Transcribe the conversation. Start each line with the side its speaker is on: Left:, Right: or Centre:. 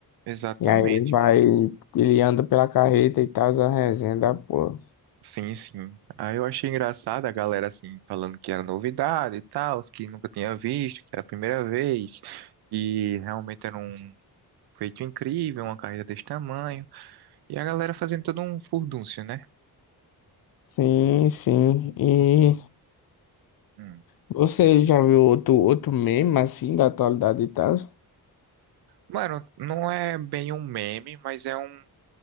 Right: Exatamente.
Left: E aí ele vai, ele anda pela carreta e tal, a resenha da porra.
Right: Sim, sim. Aí eu achei engraçado a galera, assim, falando que era novidade e tal, os que nunca tinha visto, que era a primeira vez, que realmente era um feito incrível, uma carreta desse tamanho. E a galera fazendo todo um furdúncio, né?
Left: Sim, sim. E
Right: Você- hum.
Left: você já viu outro, outro meme assim da atualidade e tal?
Right: Mano, não é bem um meme, mas é um,